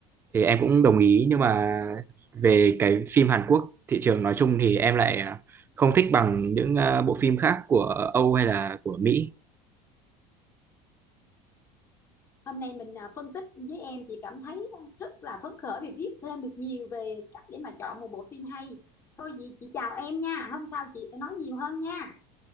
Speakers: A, on the right; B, on the left.
A: thì em cũng đồng ý nhưng mà về cái phim Hàn Quốc thị trường nói chung thì em lại ờ, không thích bằng những ờ, bộ phim khác của Âu hay là của Mỹ
B: Hôm nay mình à, phân tích với em chị cảm thấy à, rất là phấn khởi vì biết thêm được nhiều về cách để mà chọn một bộ phim hay. Thôi chị chị chào em nha, hôm sau chị sẽ nói nhiều hơn nha.